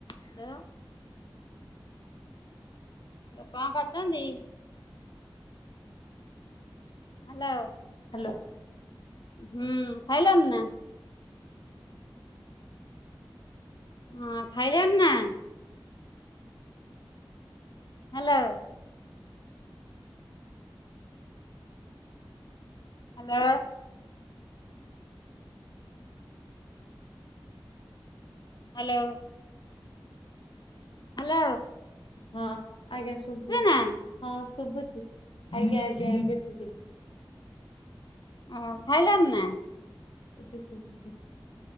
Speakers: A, on the left (about 55°); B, on the left (about 85°).
A: Hello. Hello କଁ କରୁଚନ୍ତି? Hello.
B: Hello.
A: ହୁଁ ଖାଇଲଣି ନା? ହଁ ଖାଇଲଣି ନା? ହାଲୋ। ହାଲୋ। ହାଲୋ। ହାଲୋ।
B: ହଁ, ଆଜ୍ଞା ଶୁବୁ
A: ନା?
B: ହଁ ଶୁଭୁଛି, ଆଜ୍ଞା ଆଜ୍ଞା ଏବେ ଶୁଭିଲା।
A: ଅଁ ଖାଇଲଣି ନା?
B: ଏବେ ଶୁଭୁଛି